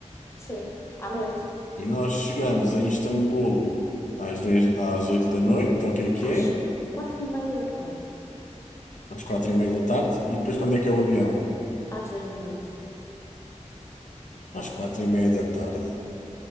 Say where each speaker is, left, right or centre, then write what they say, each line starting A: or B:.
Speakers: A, on the left; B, on the left.
A: sim. À noite.
B: E nós chegamos a Istambul às 10, às 8 da noite, ou o que é que
A: Às
B: é?
A: quatro e meia da tarde.
B: Às 4 e meia da tarde. E depois quando é que é o avião?
A: Às dez da noite.
B: Às 4 e meia da tarde.